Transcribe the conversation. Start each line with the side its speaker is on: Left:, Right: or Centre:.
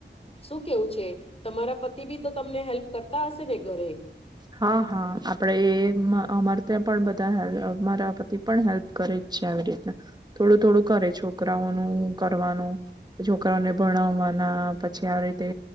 Left: શું કેવું છે તમારા પતિ બી તો તમને હેલ્પ કરતા હશે ને ઘરે
Right: હા હા આપડે એ અમાર ત્યાં પણ બધા હેલ્પ મારા પતિ પણ હેલ્પ કરે જ છે આવી રીતના થોડું થોડું કરે છોકરાઓનું કરવાનું છોકરાઓને ભણાવવાના પછી આવી રીતે